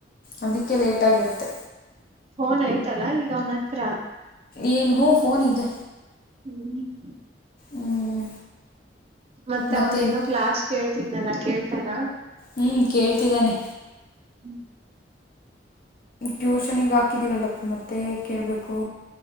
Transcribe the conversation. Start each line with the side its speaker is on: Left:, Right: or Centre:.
Left: ಅದಿಕ್ಕೆ ಲೇಟಾಗಿರುತ್
Right: ಫೋನ್ ಐತಲ ಈಗ್ ಅವ್ನ್ ಹತ್ರ
Left: ಏನ್ ಹೂ ಫೋನ್ ಇದ್
Right: ಹ್ಮ್
Left: ಹ್ಞೂ
Right: ಮತ್ತೆ
Left: ಮತ್ತೇನು
Right: ಅವ್ನ್ದೇನೋ ಕ್ಲಾಸ್ ಕೇಳ್ತಿದ್ನಲ್ಲ ಕೇಳ್ತಾನ?
Left: ಹ್ಞೂ ಕೇಳ್ತಿದನೆ
Right: ಹ್ಮ್
Left: ಟ್ಯೂಷನ್ನಿಗ್ ಹಾಕಿದೀವಲ್ಲ ಮತ್ತೆ ಕೇಳ್ಬೇಕು